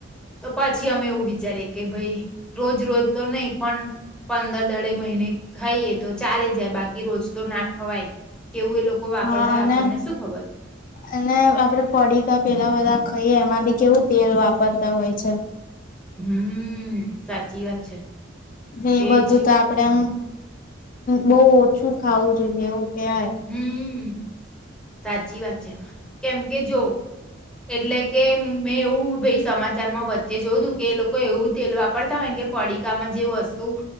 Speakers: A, in the centre; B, on the left.
A: તો પછી અમે એવું વિ ચારે કે ભાઈ રોજ રોજ તો નહી પણ પંદર દાઢે મહિને ખાઈએ તો ચાલી જાય બાકી રોજ તો ના ખવાય. કેવું એ લોકો વાપરતા
B: હા
A: હોય
B: અને
A: આપણને શું ખબર
B: અને આપડે પડીકા પેલા બધા ખાઈએ એમાં બી કેવું તેલ વાપરતા હોય છે.
A: હમ્મ, સાચી વાત છે.
B: એ બધું
A: એજ
B: તો આપડે આમ બહુ ઓછું ખાવું જોઈએ એવું. કેવાય.
A: હમ સાચી વાત છે. કેમ કે જો એટલે કે મેં એવું ભાઈ સમાચારમાં વચ્ચે જોય તું કે એ લોકો એવું તેલ વાપરતા હોય ને કે પડીકામાં જે વસ્ તું